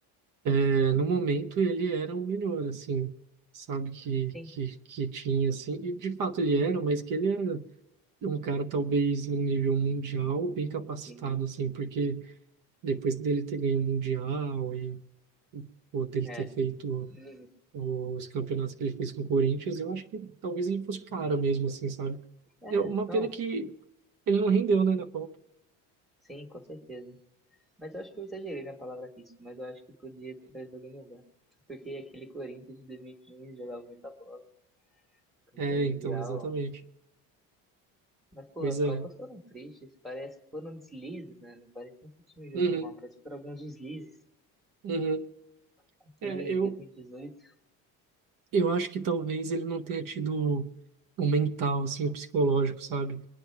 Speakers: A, on the right (about 60°); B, in the centre.
A: É, no momento ele era o melhor, assim, sabe, que,
B: Sim,
A: que, que tinha, assim, e de fato ele era, mas que ele era um cara talvez num nível mundial bem capacitado,
B: sim,
A: assim, porque depois dele ter ganho o Mundial e ou dele
B: é.
A: ter feito
B: Hum,
A: os campeonatos que ele fez com o Corinthians, eu acho que talvez ele fosse o cara
B: hum.
A: mesmo, assim, sabe?
B: É,
A: Eu, uma
B: não,
A: pena que ele não rendeu, né, na Copa.
B: sim, com certeza. Mas eu acho que eu exagerei na palavra risco, mas eu acho que podia ter trazido alguém melhor. Porque aquele Corinthians de 2015 jogava muita bola. campeão
A: É,
B: mundial.
A: então, exatamente.
B: Mas, pô,
A: Pois
B: as
A: é.
B: Copas foram tristes. Parece que foram deslizes, né? Não parece nem que o time jogou
A: Uhum,
B: mal. Parece que foram alguns deslizes.
A: uhum.
B: Aquele
A: É,
B: em
A: eu,
B: 2018,
A: Eu acho que talvez ele não tenha tido o mental, assim, o psicológico, sabe?